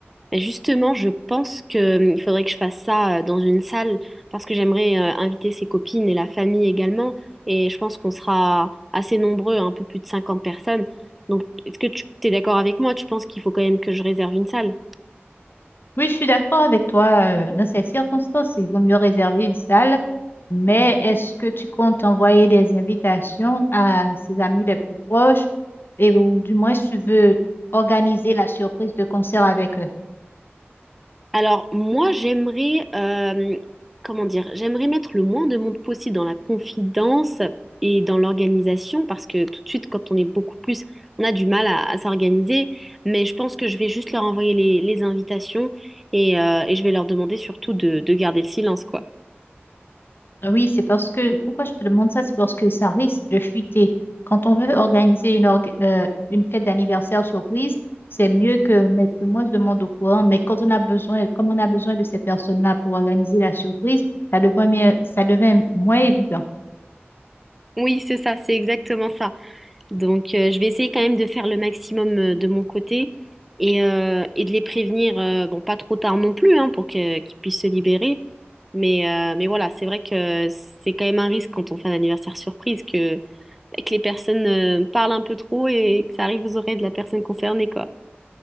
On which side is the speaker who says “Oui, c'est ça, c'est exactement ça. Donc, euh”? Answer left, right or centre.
Centre